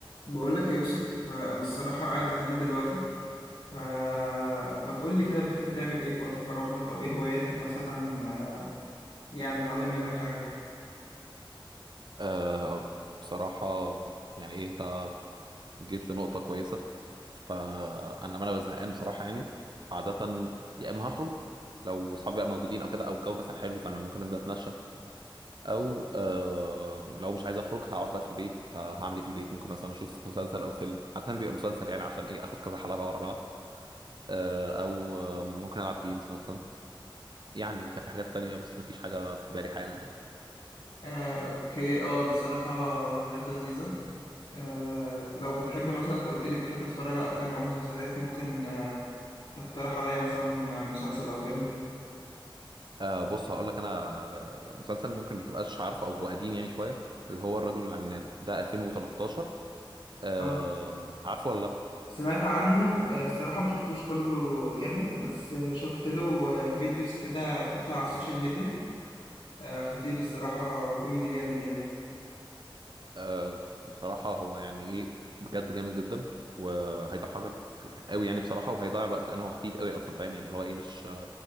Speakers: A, on the left (about 70°); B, on the right (about 55°).
A: بقول لك يا يوسف آه، انا الصراحه قاعد زهقان دلوقتي فما تقول لي كده بتحب تعمل ايه في وقت فراغك او ايه هواياتك مثلا آه، يعني اتعلم منك حاجه
B: آه بصراحة يعني ايه انت جيت لنقطة كويسة فأنا لما أنا ببقى زهقان بصراحة يعني عادة يا إما هخرج لو صحابي بقى موجودين أو كده أو الجو مثلا حلو فأنا ممكن أنزل أتمشى أو آه لو مش عايز أخرج هقعد بقى في البيت فهعمل إيه في البيت ممكن مثلا أشوف مسلسل أو فيلم عادة بيبقى مسلسل يعني عشان إيه آخد كذا حلقة بقى ورا بعض آه أو آه، ممكن ألعب جيمز مثلا يعني وفي حاجات تانية بس مفيش حاجة في بالي حالا يعني
A: آه، اوكي اه الصراحه حاجات لذيذه آه، لو بتحب مثلا انت قلت لي بتحب تتفرج على افلام او مسلسلات ممكن آه، تقترح عليا مثلا مسلسل او فيلم
B: آه بص هقول لك انا آه، مسلسل ممكن ما تبقاش عارفه او هو قديم يعني شويه اللي هو الرجل العناب ده 2013 آه
A: اه
B: عارفه ولا لا
A: سمعت عنه آه، الصراحه ما شفتوش كله كامل بس آه، شفت له آه، فيديوز كده بتطلع على السوشيال ميديا آه، خطير الصراحة كوميدي جامد يعني
B: آه بصراحه هو يعني ايه بجد جامد جدا وهيضحكك قوي يعني بصراحه وهيضيع الوقت لان هو خفيف قوي اصلا فاهم يعني اللي هو ايه مش